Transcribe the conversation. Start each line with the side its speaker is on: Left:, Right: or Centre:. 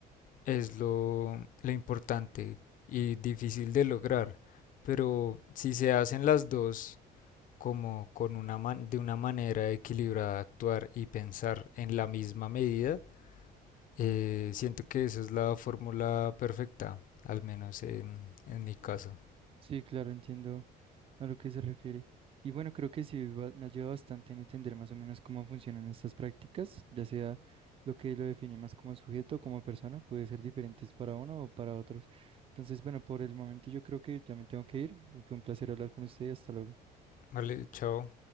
Left: es lo, lo importante y difícil de lograr. Pero si se hacen las dos como con una man- de una manera equilibrada actuar y pensar en la misma medida, eh, siento que esa es la fórmula perfecta, al menos en, en mi caso.
Right: Sí, claro, entiendo a lo que se refiere. Y bueno, creo que sí va- me ayuda bastante en entender más o menos cómo funcionan estas prácticas, ya sea lo que lo define más como sujeto o como persona, puede ser diferentes para uno o para otros. Entonces, bueno, por el momento yo creo que ya me tengo que ir. Fue un placer hablar con usted, hasta luego.
Left: Vale, chao.